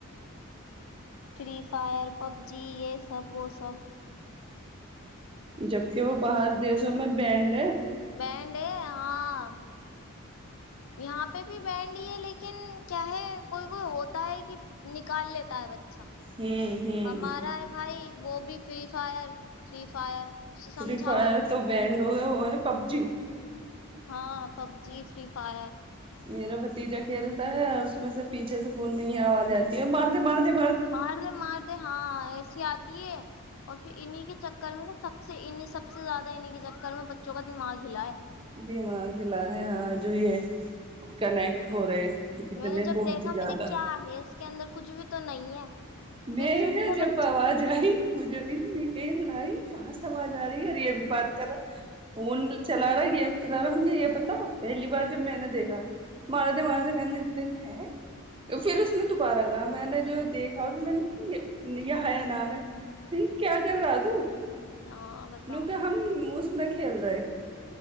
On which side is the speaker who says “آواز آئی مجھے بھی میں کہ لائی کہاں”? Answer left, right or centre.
Right